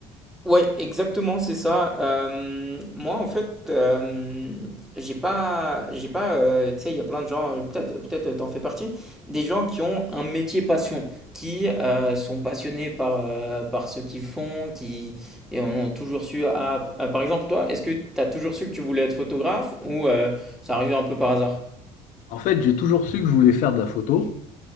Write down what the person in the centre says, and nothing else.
Ouais, exactement, c'est ça. Euh, moi, en fait, euh, j'ai pas, j'ai pas, euh, tu sais, il y a plein de gens, euh, peut-être, peut-être euh, t'en fais partie, des gens qui ont un métier passion, qui euh, sont passionnés par, euh, par ce qu'ils font, qui et ont toujours su. Ah, euh, par exemple, toi, est-ce que t'as toujours su que tu voulais être photographe ou euh, ça arrivait un peu par hasard?